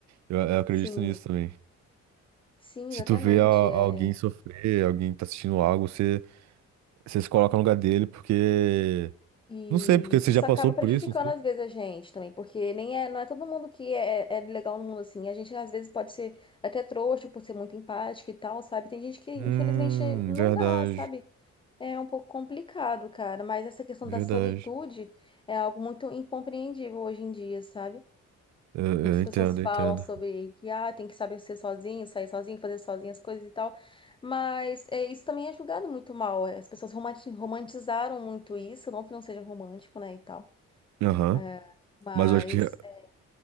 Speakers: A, on the right; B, on the left.
A: Eu, eu acredito
B: Sim.
A: nisso também.
B: Sim,
A: Se
B: exatamente.
A: tu vê a- alguém
B: É.
A: sofrer, alguém tá assistindo algo, você, você se coloca no lugar dele, porque.
B: E
A: Não sei, porque você
B: isso
A: já passou
B: acaba
A: por
B: prejudicando
A: isso.
B: às vezes a gente também, porque nem é, não é todo mundo que é, é legal no mundo assim. A gente às vezes pode ser até trouxa por ser muito empática e tal, sabe? Tem gente que infelizmente
A: Hum,
B: não
A: verdade,
B: dá, sabe? É um pouco complicado, cara, mas essa questão
A: verdade.
B: da solitude é algo muito incompreendível hoje em dia, sabe?
A: Eu,
B: Muitas
A: eu entendo,
B: pessoas falam
A: eu entendo.
B: sobre que ah, tem que saber ser sozinho, sair sozinho, fazer sozinho as coisas e tal, mas é, isso também é julgado muito mal. é, As pessoas romanti- romantizaram muito isso, não que não seja romântico, né, e tal.
A: Aham.
B: é, mas
A: Mas eu acho que, eu
B: é,